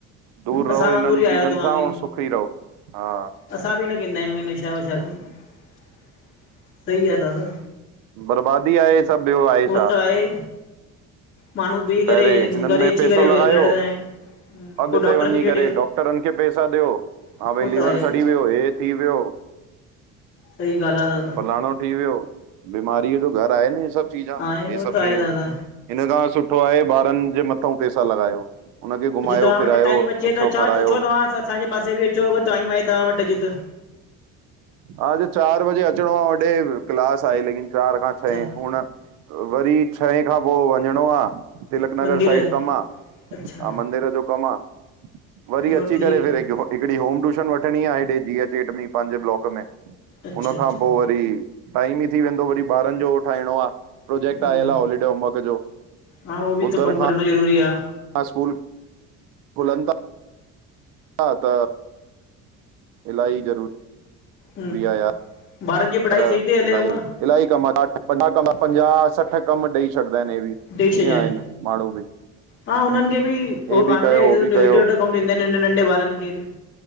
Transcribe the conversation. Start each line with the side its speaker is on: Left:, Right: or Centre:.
Right: दूर रहो
Left: असां वांगुर
Right: इनन
Left: ई आहियो
Right: सां,
Left: तव्हां बि
Right: और सुखी रहो, हा
Left: असां बि न केदा आयूं, ए नशा वशा त, सही आ दादा।
Right: बर्बादी आहे हे सभ, ॿयो आहे
Left: उहो
Right: छा।
Left: त आहे माण्हू पी
Right: पहिरें,
Left: करे
Right: हिनन
Left: घरु
Right: में
Left: अची
Right: पेसो
Left: करे
Right: लॻायो
Left: लड़ंदा आहिनि
Right: अॻते
Left: पोइ डॉक्टरनि
Right: वञी
Left: खे
Right: करे,
Left: ॾियो
Right: डॉक्टरन खे पेसा ॾयो,
Left: उहो
Right: हा भई
Left: त
Right: लीवर
Left: आहे
Right: सड़ी व्यो, हे थी व्यो।
Left: सही ॻाल आ दादा।
Right: फ्लाणो थी व्, यो बीमारीअ जो घर आहे न हे सभ चीजां,
Left: आहे
Right: हे
Left: उहो
Right: सभ
Left: त
Right: शयूं।
Left: आहे दादा
Right: हिन खां सुठो आहे, ॿारन जे मथऊं पेसा लॻायो। हुनखे घुमायो,
Left: अॼु तव्हां
Right: फिरायो,
Left: वटि टाइम अचे
Right: अच्छो
Left: त छा
Right: खारायो।
Left: अचो तव्हां असांजे पासे बि अचो, अगर टाइम आहे तव्हां वटि अॼु त।
Right: हा, अॼ चार बजे अचणो आ, होॾे क्लास आहे लेकिन। चार खां
Left: अच्छा
Right: छहें, हुण वरी छहे खां पो, वञणो आ। तिलक नगर
Left: मंदिर
Right: साइड
Left: है।
Right: कम आ,
Left: अच्छा
Right: मंदिर जो कम आ। वरी
Left: हलो
Right: अची
Left: ठीकु
Right: करे, फिर
Left: आहे
Right: हिकड़ी होम ट्यूशन वठणी आ, हेेॾे डी, एच, एट में पांजे ब्लॉक में,
Left: अच्छा
Right: हुन
Left: अच्छा
Right: खां पो वरी, टाइम ई थी वेंदो वरी ॿारन जो हो ठाइणो आ। प्रोजेक्ट
Left: हम्म
Right: आयल आ, होलीडे होमवर्क जो,
Left: हा उहो बि
Right: ॿुधर
Left: त कमु
Right: खां
Left: करणो ज़रूरी आ।
Right: अस्कूल खुलन ता। हा, त इलाही ज़रूरी
Left: हूं,
Right: आहे
Left: ॿारन जी
Right: यार
Left: पढ़ाई सही ती हले
Right: इलाही
Left: हूअं।
Right: इलाही कम, वॾा कम, पंजाह कम, पंजाह सठ कम ॾई छॾदा एन इहे बि।
Left: ॾेई छॾयन,
Right: ईअं आहिनि माण्हू बि
Left: हा हुनन खे बि
Right: हे
Left: हो
Right: बि
Left: कान्हें
Right: कयो
Left: न, हेॾो
Right: हो बि कयो
Left: वॾो कम ॾेंदइ, नंढ़े नंढ़े ॿारन खे बि।